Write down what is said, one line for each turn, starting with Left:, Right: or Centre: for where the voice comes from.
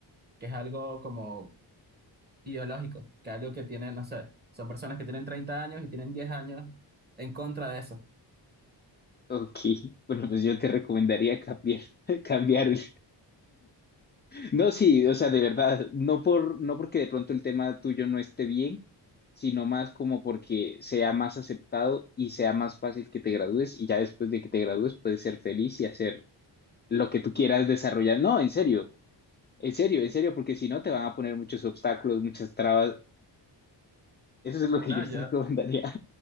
Right: que es algo como ideológico, que es algo que tiene no sé, son personas que tienen 30 años y tienen 10 años en contra de eso.
Left: Ok, bueno, pues yo te recomendaría cambiar, <laughs> cambiar. el- No, sí, o sea, de verdad, no por, no porque de pronto el tema tuyo no esté bien, sino más como porque sea más aceptado y sea más fácil que te gradúes y ya después de que te gradúes puedes ser feliz y hacer lo que tú quieras desarrollar. No, en serio, en serio, en serio, porque si no te van a poner muchos obstáculos, muchas trabas. Eso es lo que
Right: No,
Left: yo
Right: yo,
Left: te recomendaría.